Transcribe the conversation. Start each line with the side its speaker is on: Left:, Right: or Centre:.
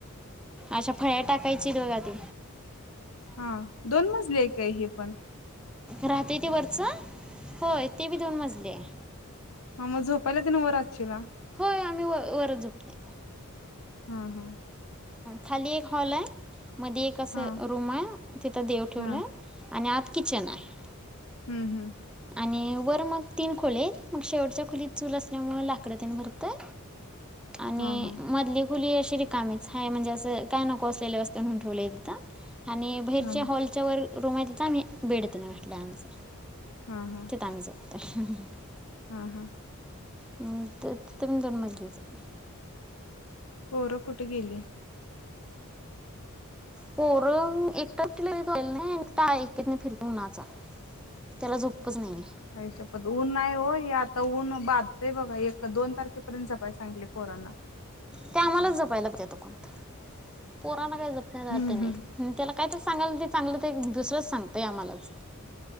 Centre: अछा फळ्या टाकायची बघा ती
Left: हा दोन मजली हाय काय हे पण
Centre: राहतेय ते वरचं होय ते बी दोन मजले आहे.
Left: ह मग झोपायला तेन वर असचीला
Centre: होय आम्ही वर वर झोपतोय
Left: हम् हम्
Centre: खाली एक हॉल हाय मध्ये एक असं
Left: हा
Centre: रूम आहे तिथं देव ठेवलाय
Left: हा
Centre: आणि आत किचन‌ आहे.
Left: हम्म हम्म
Centre: आणि वर मग तीन खोले आहेत, मग शेवटच्या खोलीत चूल असल्यामुळं लाकडं तेन भरतंय. आणि
Left: हा हा
Centre: मधली खुली अशी रिकामी हाय म्हणजे असं काय नको असलेले, वस्तू नेहुन ठेवलेय तिथ आणि बाहेरच्या
Left: हा
Centre: हॉलच्यावर. रूम आहे तथ आम्ही बेड तेन घातलाय आमचा.
Left: हा हा
Centre: तेथ आमचा. <unintelligible>
Left: हा हा
Centre: म तिथ पण दोन मजलीच आहे.
Left: पोरं कुठे गेली.
Centre: पोर एक तारखेला <unintelligible> नाही फिर <unintelligible> उ नाचा त्याला झोपच नाहीये.
Left: आयशप्पत ऊन नाय ओ हे, आता ऊन बाधतय बघा एक दोन तारखेपर्यंत जपाय सांगितलय पोरांना.
Centre: त्या आम्हालाच जपाय लागत्यात <unintelligible> <unintelligible> जपण्यात काय
Left: हम्म
Centre: अर्थ नाही
Left: हम्म
Centre: त्याला काय तरी सांगायलो सांगलं तर एक दुसरंच सांगतय आम्हालाच.